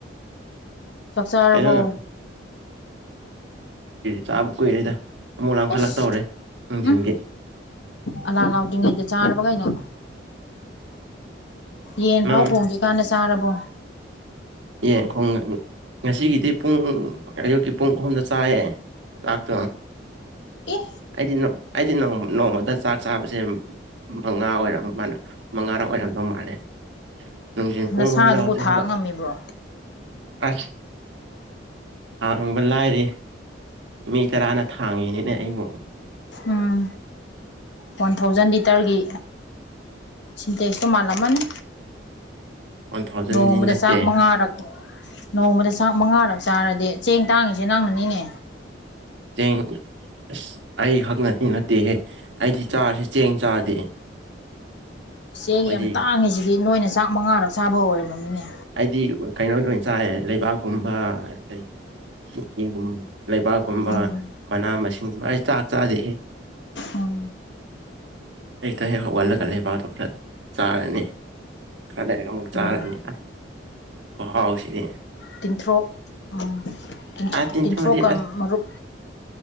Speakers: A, on the left; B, on the right.
A: ꯆꯥꯛ ꯆꯥꯔꯕꯣ
B: ꯀꯥꯏꯥ ꯆꯥꯕ ꯀꯨꯏꯔꯦꯗ <inaudible>
A: ꯑꯦꯁ
B: ꯇꯧꯔꯦ ꯅꯨꯡꯊꯤꯟꯒꯤ
A: ꯎ ꯑꯂꯥ ꯂꯥꯎꯗꯔꯥꯉꯩꯗ ꯆꯔꯕꯣ ꯀꯩꯅꯣ ꯌꯦꯟ
B: ꯅꯪ
A: ꯐꯥꯎ ꯈꯣꯡꯗꯔꯤ ꯀꯥꯟꯗ ꯆꯥꯔꯕꯣ
B: ꯌꯦꯡ ꯉꯁꯤꯒꯤꯗꯤ ꯄꯨꯡ ꯑꯌꯨꯛꯀꯤ ꯄꯨꯡ ꯑꯍꯨꯝꯗ ꯆꯥꯏꯌꯦ ꯆꯥꯛꯇꯣ
A: ꯑꯦ
B: ꯑꯩꯗꯤ ꯑꯩꯗꯤ ꯅꯣꯡꯃꯗ ꯆꯥꯛ ꯆꯥꯕꯁꯦ ꯃꯉꯥ ꯑꯣꯏꯔꯝ ꯃꯥ ꯃꯉꯥꯔꯛ ꯑꯣꯏꯔꯝꯗꯧ ꯃꯥꯜꯂꯦ ꯅꯨꯡꯊ ꯄꯨꯡ
A: ꯅꯁꯥꯗꯨꯕꯨ
B: ꯑꯣꯨꯝꯗ ꯍꯧꯖꯤꯛ
A: ꯊꯥ
B: ꯍꯧꯒꯠꯂ
A: ꯉꯝꯃꯤꯕ꯭ꯔꯣ
B: <inaudible> ꯑꯁ ꯍꯥꯡꯕ ꯂꯥꯏꯔꯤ <inaudible> ꯃꯤ ꯇꯔꯥꯅ ꯊꯥꯡꯉꯤꯅꯤꯅꯦ ꯑꯩꯕꯨ
A: ꯎꯝ ꯋꯥꯟ ꯊꯥꯎꯖꯟ ꯂꯤꯇꯔꯒꯤ ꯁꯤꯟꯇꯦꯛꯁꯇꯣ ꯃꯥꯜꯂꯝꯃꯅꯤ
B: ꯋꯥꯟ ꯊꯥꯎꯖꯟꯗꯤ
A: ꯅꯣꯡꯃꯗ
B: ꯅꯠꯇꯦ
A: ꯆꯥꯛ ꯃꯉꯥꯔꯛ ꯅꯣꯡꯃꯗ ꯆꯥꯛ ꯃꯉꯥꯔꯛ ꯆꯥꯔꯗꯤ ꯆꯦꯡ ꯇꯥꯡꯉꯤꯁꯦ ꯅꯪꯅꯅꯤꯅꯦ
B: ꯆꯦꯡ ꯑꯁ ꯑꯩ ꯈꯥꯛꯅꯗꯤ ꯅꯠꯇꯦꯍꯦ ꯑꯩꯗꯤ ꯆꯥꯔꯁꯨꯨ ꯆꯦꯡ ꯆꯥꯗꯦ
A: ꯆꯦꯡ
B: ꯑꯩꯗꯤ
A: ꯌꯥꯝ ꯇꯥꯡꯉꯤꯁꯤꯗꯤ ꯅꯣꯏꯅ ꯆꯥꯛ ꯃꯉꯥꯔꯛ ꯆꯥꯕꯒꯤ ꯑꯣꯏꯔꯝꯃꯤꯅꯦ
B: ꯑꯩꯗꯤ ꯀꯩꯅꯣꯗ ꯑꯣꯏꯅ ꯆꯥꯏ ꯂꯩꯕꯥꯛꯀꯨꯝꯕ ꯂꯩꯀꯤꯒꯨꯝꯕ ꯂꯩꯕꯥꯛꯀꯨꯝꯕ
A: ꯎꯝ
B: ꯃꯅꯥ ꯃꯁꯤꯡꯒꯨꯝꯕ ꯑꯩ ꯆꯥꯛ ꯆꯥꯗꯦ
A: ꯎꯝ
B: ꯑꯌꯨꯛꯇ ꯍꯦꯛ ꯍꯧꯒꯠꯂꯒ ꯂꯩꯕꯥꯛꯗꯨ ꯈꯔ ꯆꯥꯔꯅꯤ ꯈꯔ ꯂꯩꯔꯒ ꯑꯃꯨꯛ ꯆꯥꯔꯅꯤ
A: ꯎꯝ
B: ꯈꯨꯍꯥꯎꯁꯤꯗꯤ
A: ꯇꯤꯟꯊ꯭ꯔꯣꯛ ꯎꯝ
B: ꯑꯥ ꯇꯤꯟꯊ꯭ꯔꯣꯗꯤ
A: ꯇꯤꯟꯊ꯭ꯔꯨꯀ
B: ꯑꯁ
A: ꯃꯔꯨꯨꯞ